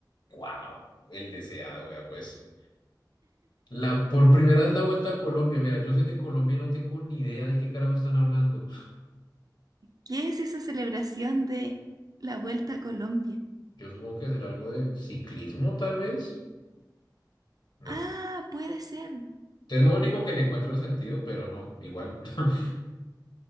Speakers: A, on the left; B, on the right.
A: wow, el deseado, vea, pues. La, por primera vez la vuelta a Colombia. Mira, yo soy de Colombia y no tengo ni idea de qué carajo están hablando.
B: ¿Qué es esa celebración de la vuelta a Colombia?
A: Yo supongo que será algo de ciclismo, tal vez. No.
B: Ah, puede ser.
A: Es lo único que le encuentro en sentido, pero no, igual. <laughs>